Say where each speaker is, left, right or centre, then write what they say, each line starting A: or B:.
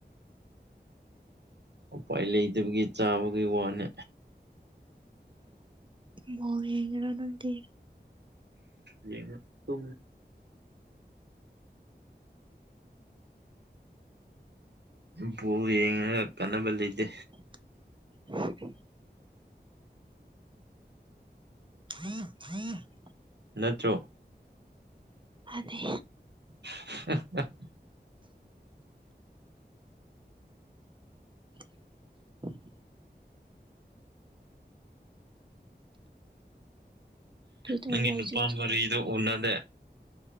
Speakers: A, on the right; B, on the right.
A: ꯎꯄꯥꯏ ꯂꯩꯇꯕꯒꯤ ꯆꯥꯕꯒꯤ ꯋꯥꯅꯦ
B: ꯕꯣ ꯌꯦꯡꯏꯔꯣ ꯅꯪꯗꯤ
A: ꯌꯦꯉ ꯇ ꯕꯥꯜ ꯌꯦꯡꯉꯒ ꯀꯥꯟꯅꯕ ꯂꯩꯇꯦ
B: ꯑꯣ <unintelligible>
A: ꯅꯠꯇ꯭ꯔꯣ
B: ꯃꯅꯦ
A: <unintelligible>
B: <unintelligible> ꯀꯔꯤ ꯇꯧꯕ꯭ꯔꯥ
A: ꯅꯪꯒꯤ ꯅꯨꯄꯥ
B: ꯍꯧꯖꯤꯛꯇꯤ
A: ꯃꯔꯤꯗꯣ ꯎꯅꯗꯦ